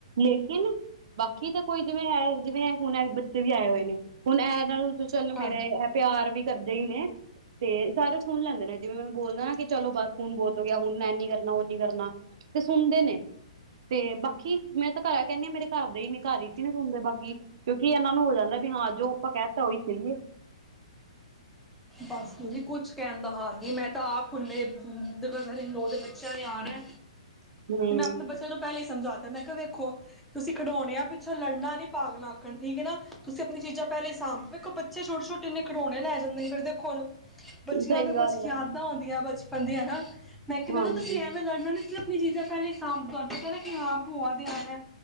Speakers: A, on the right (about 55°); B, in the centre.
A: ਲੇਕਿਨ ਬਾਕੀ ਤਾਂ ਕੋਈ ਜਿਵੇਂ ਐ ਜਿਵੇਂ ਹੁਣ ਬੱਚੇ ਵੀ ਆਏ ਹੋਏ ਨੇ, ਹੁਣ ਇਹ ਨਾ ਚੱਲ
B: ਹਾਂ
A: ਮੇਰੇ ਇਹ ਪਿਆਰ ਵੀ ਕਰਦੇ ਹੀ ਨੇ ਤੇ, ਸਾਰੇ ਸੁਣ ਲੈਂਦੇ ਨੇ ਜਿਵੇਂ ਮੈਨੂੰ ਬੋਲਦਾ ਨਾ, ਕਿ ਚਲੋ ਬਸ ਹੁਣ ਬਹੁਤ ਹੋ ਗਿਆ, ਹੁਣ ਨਾ ਇੰਨੀ ਕਰਨਾ ਉਹ ਨੀ ਕਰਨਾ। ਕਰਨਾ ਤੇ ਸੁਣਦੇ ਨੇ। ਤੇ ਬਾ ਕੀ ਮੈਂ ਤਾਂ ਘਰ ਕਹਿੰਦੀ ਆ ਮੇਰੇ ਘਰਦੇ ਹੀ ਨੇ ਘਰ ਚ ਹੀ ਨੀ ਸੁੁਣਦੇ ਬਾਕੀ ਕਿਉਂਕਿ ਇਹਨਾਂ ਨੂੰ ਹੋ ਜਾਂਦਾ ਵੀ ਹਾਂ ਜੋ ਆਪਾਂ ਕਹਿ ਤਾਂ, ਉਹੀ ਸਹੀਏ।
B: ਬਸ ਜੀ ਕੁੱਛ ਕਹਿਣ ਦਾ ਹਾਲ ਨੀ ਮੈਂ ਤਾਂ ਆਪ ਹੁਣੇ ਬ੍ਰਦਰ ਇਨਲੋ ਦੇ ਬੱਚਿਆਂ ਨੇ ਆਣਾ
A: ਹੂੰ
B: ਤੇ ਮੈਂ ਆਪਣੇ ਬੱਚਿਆਂ ਨੂੰ ਪਹਿਲੇ ਸਮਝਾਤਾ, ਮੈਂ ਕਿਹਾ ਵੇਖੋ ਤੁਸੀਂ ਖਿਡੌਣੇ ਆ ਪਿੱਛੋਂ ਲੜਨਾ ਨੀ ਪਾਗਲਾਂ ਅੱਕਣ ਠੀਕ ਹੈ ਨਾ, ਤੁਸੀਂ ਆਪਣੀ ਚੀਜ਼ਾਂ ਪਹਿਲੇ ਸਾਂਭ, ਵੇਖੋ ਬੱਚੇ ਛੋਟੇ-ਛੋਟੇ ਨੇ ਖਿਡੋਣੇ ਲੈ ਜਾਂਦੇ ਨੇ ਫਿਰ ਦੇਖ <unintelligible> ਬੱਚਿਆਂ
A: ਸਹੀ
B: ਤਾਂ ਕੁਛ
A: ਗੱਲ
B: ਯਾਦਾਂ
A: ਹੈ
B: ਆਉਂਦੀਆਂ ਬੱਚ ਹਉਦੀਆਂ ਨਾ। ਮੈਂ ਕਿਹਾ
A: ਹਾਂਜੀ
B: ਨਾ ਤੁਸੀਂ ਐਵੇਂ ਲੜਨਾ ਨੀ ਆਪਣੀ ਚੀਜ਼ਾਂ ਪਹਿਲੇ ਸਾਂਭ ਤੁਹਾਨੂੰ ਪਤਾ ਹ ਨਾ ਹਾਂ ਕੀ ਭੂਆ ਦੇ ਆਣਾ।